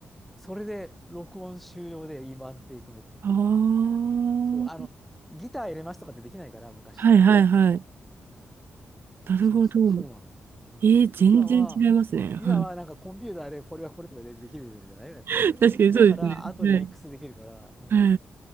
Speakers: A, in the centre; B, on the right (about 55°).
A: それで録音終了で、今っていう組めっていうの。
B: ああ。
A: そう、あの、ギター入れますとかってできないから、昔って。
B: はいはいはい。
A: うん
B: なるほど。
A: そうそう、そうなの。うん。
B: えー、全然違いますね。
A: で、今は、
B: はい。
A: 今はなんかコンピューターでこれはこれとかでできるじゃないだって。
B: <laughs> 確かにそうですね。
A: <laughs> だから、後でミックスできるから。
B: はい。
A: うん。
B: は